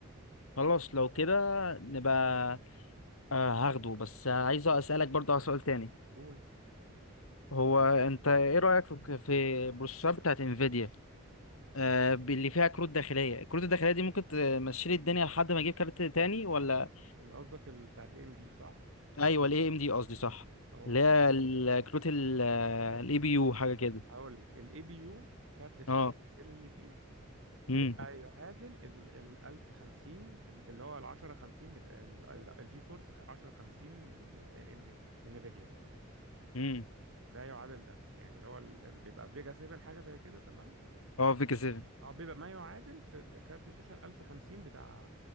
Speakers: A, on the left; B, on the right.
A: خلاص لو كده نبقى آه هاخده بس عايز اسالك برضه على سؤال تاني
B: قول
A: هو انت ايه رايك في في البروسيسور بتاعت انفيديا آه، اللي فيها كروت داخليه الكروت الداخليه دي ممكن تمشي لي الدنيا لحد ما اجيب كارت تاني ولا
B: ال- ال- قصدك ال- بتاعت ام دي صح
A: ايوه الاي ام دي قصدي صح
B: اه
A: اللي هي الكروت الاي بي يو حاجه كده
B: هقول لك الاي بي يو كارت الشاشه
A: اه
B: الداخلي اللي فيه بيبقى
A: امم
B: يعادل ال ال 1050 اللي هو ال 1050 بتاع ال- ال- الجي فورس 1050 من يعني من من نفيديا
A: امم
B: ده يعادل ده يعني اللي هو ال- ال- بيبقى فيجا 7 حاجه زي كده تمام
A: اه فيك 7
B: اه بيبقى ما يعادل في كارت الشاشه ال 1050 بتاع